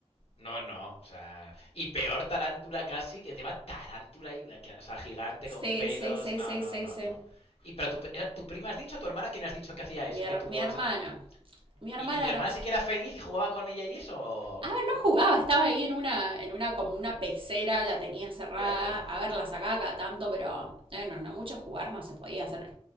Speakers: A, on the left (about 60°); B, on the right (about 50°).
A: No, no. O sea, y peor tarántula casi, que encima tarántula, y- o sea, gigante
B: Sí,
A: con pelos.
B: sí, sí,
A: No,
B: sí,
A: no,
B: sí,
A: no,
B: sí.
A: no. Y pero tu, pe- tu prima has dicho, tu hermana, ¿quién has dicho que hacía
B: Mi,
A: eso?
B: her-
A: Que tuvo
B: mi hermana.
A: esa... ma-
B: Mi hermana
A: ¿Y, y tu hermana
B: no.
A: sí que era feliz y jugaba con ella y eso?
B: A ver, no jugaba, estaba ahí en una, en una, como una pecera, la tenía cerrada.
A: Ya, claro.
B: A ver, la sacaba cada tanto, pero eh, no, no mucho jugar no se podía hacer.